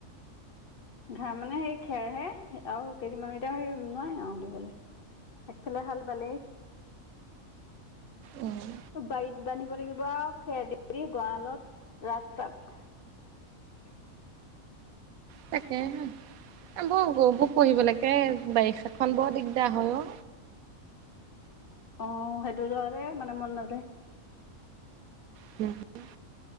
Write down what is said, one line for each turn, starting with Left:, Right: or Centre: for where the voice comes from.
Left: ঘাই মানে সেই খেৰহে আৰু কেইদিমান এতিয়া হে নোৱাই আহ দিবলৈ। একফালে হাল বালেই
Right: উম,
Left: বাৰীত বান্ধিব লাগিব আৰু খেৰ দেৰি গঁড়ালত, ৰাস্তাত, <inaudible>
Right: তাকেই হে বৌ গৌবোৰ পুহিবলৈকে বাৰিষাখন বৰ দিগদাৰ হয় অ।
Left: আহ সেইটো জহদে মানে মন নাযায়।
Right: হম হম